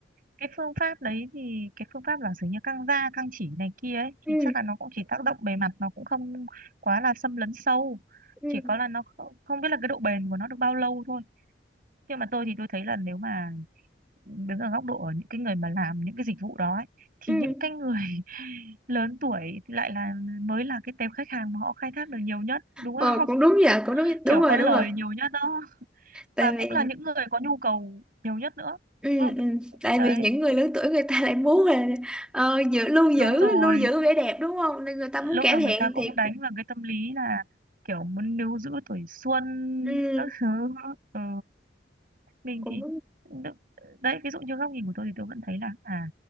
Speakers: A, on the right; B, in the centre.
A: cái phương pháp đấy thì cái phương pháp là giống như căng da căng chỉ này kia ấy
B: ừ
A: thì chắc là nó cũng chỉ tác động bề mặt nó cũng không quá là xâm lấn sâu
B: ừ
A: chỉ có là nó không, không biết là cái độ bền của nó được bao lâu thôi nhưng mà tôi thì tôi thấy là nếu mà đứng ở góc độ ở những cái người mà làm những cái dịch vụ đó ấy, thì
B: ừ
A: những cái người <laughs> lớn tuổi thì lại là mới là cái tệp khách hàng mà họ khai thác được nhiều nhất đúng
B: ờ
A: không
B: cũng
A: <laughs>
B: đúng nhỉ cũng đúng
A: kiểu
B: đúng rồi
A: có lời
B: đúng rồi
A: nhiều nhất đó
B: tại
A: mà
B: vì
A: cũng là những người có nhu cầu nhiều nhất nữa
B: Ừ,
A: đúng không
B: ừ. Tại
A: đấy
B: vì những người lớn tuổi người ta lại muốn là ờ, giữ lưu giữ
A: đúng rồi
B: lưu giữ vẻ đẹp đúng không nên người ta
A: lúc
B: muốn cải
A: nào
B: thiện
A: người ta cũng
B: thì
A: đánh vào cái tâm lý là kiểu muốn níu giữ tuổi xuân
B: ừ,
A: các thứ ừ. mình
B: cũng
A: thì đ- đấy ví dụ như góc nhìn của tôi thì tôi vẫn thấy là à